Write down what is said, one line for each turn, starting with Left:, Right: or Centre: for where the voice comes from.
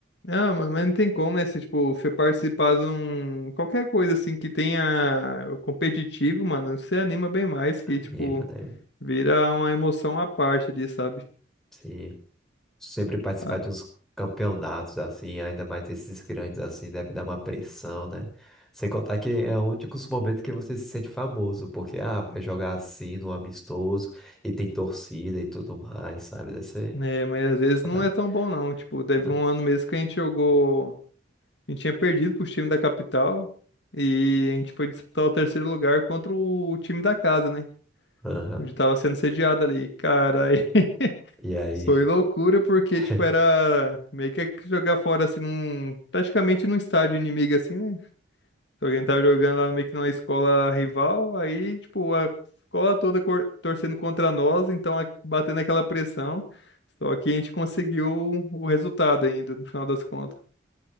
Left: Ah, mano, mas não tem como, né? Se, tipo, você participar de um. Qualquer coisa, assim, que tenha o competitivo, mano, você anima bem mais, que,
Centre: Anima,
Left: tipo,
Centre: né?
Left: vira uma emoção à parte ali, sabe?
Centre: Sim, sempre participar
Left: Ah,
Centre: de uns campeonatos assim, ainda mais esses grandes assim, deve dar uma pressão, né? Sem contar que é o único momentos que você se sente famoso, porque ah, vai jogar assim no amistoso e tem torcida e tudo mais, sabe? Deve ser.
Left: né, mas às vezes não
Centre: né?
Left: é tão bom, não. Tipo, teve
Centre: Não.
Left: um ano mesmo que a gente jogou. A gente tinha perdido pros times da capital. E a gente foi disputar o terceiro lugar contra o time da casa, né?
Centre: Aham.
Left: Onde tava sendo sediado ali. Cara, aí <laughs>
Centre: E aí?
Left: foi loucura porque,
Centre: <laughs>
Left: tipo, era meio que jogar fora, assim, num... praticamente num estádio inimigo, assim, né? Se alguém tava jogando lá meio que numa escola rival, aí, tipo, a escola toda cor- torcendo contra nós, então a- batendo aquela pressão. Só que a gente conseguiu o resultado ainda, no final das contas.